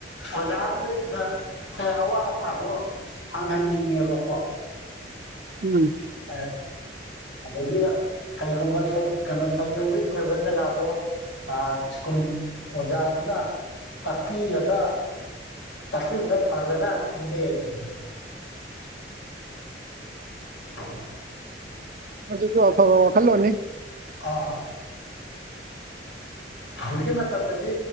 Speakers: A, on the left; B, on the right.
A: ꯑꯣꯖꯥꯗꯨꯗꯩꯗ ꯁꯥꯔ ꯑꯋꯥꯠ ꯑꯄꯥꯗꯣ ꯐꯪꯍꯟꯅꯤꯡꯉꯦꯕꯀꯣ꯫
B: ꯎꯝ꯫
A: ꯑ꯫ ꯑꯗꯒꯤ ꯀꯩꯒꯨꯝꯕ ꯁꯕ ꯀꯩꯅꯣ ꯁꯕꯖꯦꯛ ꯋꯤꯛ ꯑꯣꯏꯕ ꯖꯒꯥꯗꯣ ꯑꯥ ꯁ꯭ꯀꯨꯜ ꯑꯣꯖꯥꯗꯨꯅ ꯇꯥꯛꯄꯤꯔꯒ ꯇꯥꯛꯄꯤꯕꯅ ꯐꯒꯗ꯭ꯔꯅ ꯈꯟꯖꯩ ꯑꯩꯁꯨ꯫ ꯑ
B: ꯑꯗꯨꯁꯨ ꯑꯐꯕ ꯋꯥꯈꯜꯂꯣꯟꯅꯤ꯫
A: ꯑꯥ꯫ ꯍꯧꯖꯤꯛꯀꯤ ꯃꯇꯝꯗꯗꯤ